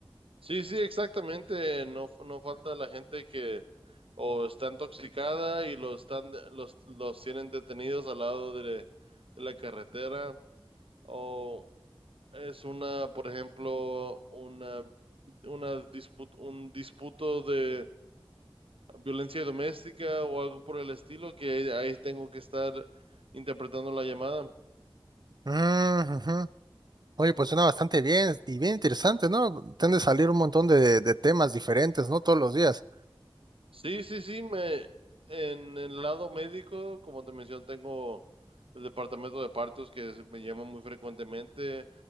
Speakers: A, on the right (about 80°); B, on the right (about 50°).
A: Sí, sí, exactamente. No, no falta la gente que o está intoxicada y los, están, los, los tienen detenidos al lado de, de la carretera. O Es una, por ejemplo, una, una disputa, un disputo de violencia doméstica o algo por el estilo, que ahí, ahí tengo que estar interpretando la llamada.
B: Mm, ujú. Oye, pues suena bastante bien y bien interesante, ¿no? Tiende a salir un montón de, de temas diferentes, ¿no? Todos los días.
A: Sí, sí, sí, me, en el lado médico, como te mencioné, tengo el departamento de partos que es- me llama muy frecuentemente.